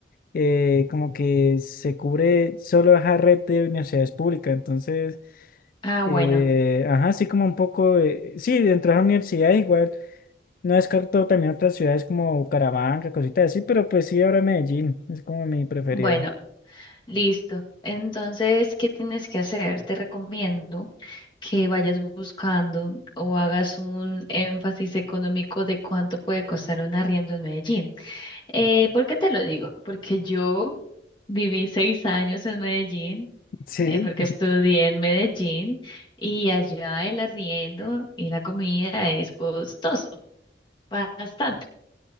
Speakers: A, on the left (about 50°); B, on the left (about 25°).
A: eh, como que se cubre solo esa red de universidades públicas. Entonces,
B: Ah, bueno,
A: eh, ajá, sí como un poco, de- sí, dentro de esa universidad igual, no descarto también otras ciudades como Bucaramanga, cositas así, pero pues sí, ahora Medellín, es como mi preferida.
B: bueno. Listo. Entonces, ¿qué tienes que hacer? Te recomiendo que vayas buscando o hagas un énfasis económico de cuánto puede costar un arriendo en Medellín. Eh, ¿por qué te lo digo? Porque yo viví seis años en Medellín,
A: Sí,
B: eh, porque estudié en Medellín y allá el arriendo y la comida es costoso, bastante.